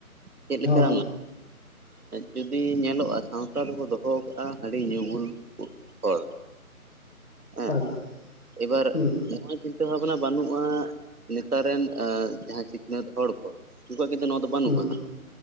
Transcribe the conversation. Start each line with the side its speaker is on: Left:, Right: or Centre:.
Right: ᱪᱮᱫ ᱞᱮᱠᱟ
Left: ᱦᱩᱸ
Right: ᱡᱩᱫᱤ ᱧᱮᱞᱚᱜᱼᱟ, ᱥᱟᱶᱛᱟ ᱨᱮᱠᱚ ᱫᱚᱦᱚ ᱠᱟᱜᱼᱟ ᱦᱟᱺᱰᱤ ᱧᱩ ᱵᱩᱞ ᱠᱩ ᱦᱚᱲ᱾ ᱦᱮᱸ
Left: ᱟᱪᱪᱷᱟ
Right: ᱮᱵᱟᱨ
Left: ᱦᱩᱸ
Right: ᱱᱚᱣᱟ ᱠᱤᱱᱛᱩ ᱪᱤᱱᱛᱟᱹ ᱵᱷᱟᱵᱱᱟ ᱵᱟᱹᱱᱩᱜᱼᱟ ᱱᱮᱛᱟᱨ ᱨᱮᱱ ᱡᱟᱦᱟᱸ ᱥᱤᱠᱷᱱᱟᱹᱛ ᱦᱚᱲ ᱠᱚ ᱩᱱᱠᱩᱣᱟᱜ ᱠᱤᱱᱛᱩ ᱱᱚᱣᱟ ᱫᱚ ᱵᱟᱹᱱᱩᱜᱼᱟ
Left: ᱦᱩᱸ
Right: ᱦᱟᱸᱜ